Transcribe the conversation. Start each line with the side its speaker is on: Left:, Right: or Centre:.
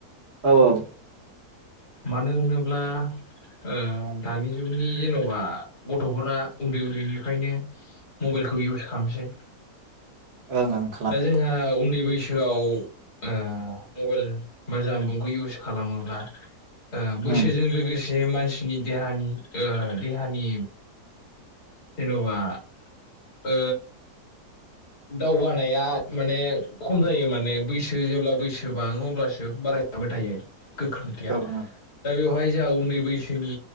Right: औ ओं
Left: मानो होनोब्ला? ओ दानि जुगनि जेन'बा गथ'फोरा उन्दै उन्दैनिफ्रायनो मबाइलखौ इउस खालामसै।
Right: ओं ओं खालाम
Left: दा जोंहा उन्दै बै सोआव ओ मबाइल बा जामबुंखौ इउस खालामोब्ला ओ बैसोजों
Right: ओं
Left: लोगोसे मानसिनि देहानि ओ देहानि जेन'बा ओ दावगानाया माने खम जायो माने बैसो जेब्ला बैसो बाङो अब्लासो बाराय लांबाय थायो गोख्रोंथिया।
Right: औ ओं
Left: दा बेवहाय जोंहा उन्दै बैसोनि